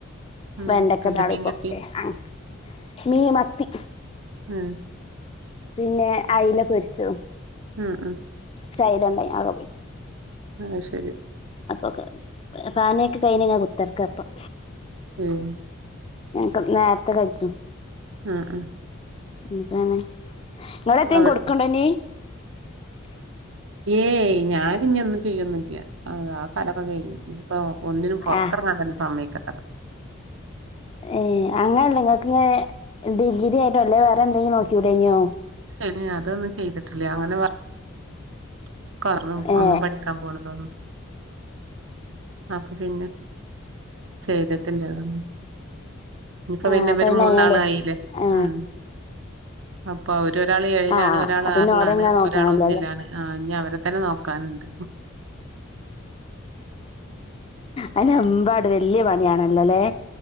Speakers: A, on the right; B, on the left.
A: ഉം
B: വെണ്ടക്കെ
A: എന്താ
B: താളിപ്പൊക്കെ
A: മീൻ കിട്ടി
B: ആ മീ മത്തി.
A: ഉം
B: പിന്നെ അയില പൊരിച്ചും.
A: ആ അ
B: ചൈലണ്ടാനി ആ പോ
A: ആഹ ശരി.
B: അപ്പോ ക്കെ ഫാനിയൊക്കെ കഴിഞ്ഞ് ങ്ങൻ കുത്തർക്ക പ്പം.
A: ഉം.
B: ക്ക് നേരത്തെ കഴ്‌ച്ചും.
A: ആ അ
B: ന്ന്പ്പങ്ങനെ. ഇങ്ങളെത്തേയും
A: അവൾ
B: കൊടുക്കണ്ടന്നീ? <unintelligible>
A: ഏയ് ഞാൻ ഇനി ഒന്നും ചെയ്യന്നില്ല അത ആ കാലമൊക്കെ കഴിഞ്ഞ് ഇ ഇപ്പോ ഒന്നിനും പൊറത്തിറങ്ങാൻ
B: ആ
A: തന്നെ സമ്മയില്ലാ
B: ഏ അങ്ങനല്ല. നിങ്ങക്കങ്ങനെ ഡിഗ്രി ആയിട്ടോ അല്ലെ വേറെ എന്തെങ്കിലും നോക്കിക്കൂടേനോ
A: ഏ അതൊന്നും ചെയ്തിട്ടില്ല അങ്ങനെ <unintelligible>
B: ഏ
A: ഒന്നും പഠിക്കാൻ പോണതൊന്നും അപ്പൊ പിന്നെ ചെയ്തിട്ടില്ല ഉം. ഇനിക്ക്
B: ആ
A: പിന്നെ
B: അപ്പം
A: ഇവര് മൂന്നാളു
B: അതിനാണ്ട്
A: ആയീല്ലേ
B: ആ
A: ഉം അപ്പ അവര് ഒരാള് ഏഴിലാണ്
B: ആ
A: ഒരാള്
B: അപ്പം പിന്നെ
A: ആറിലാണ്
B: ഓടെ ഇങ്ങനെ നോക്കണല്ലോ
A: ഒരാൾ ഒന്നിലാണ്.
B: അല്ലേ
A: ആ ഇഞ്ഞവരെ ത്തന്നെ നോക് ക്കാന്ണ്ട്
B: അയ്ന് എമ്പാട് വല്യ പണിയാണ് ന്നലേ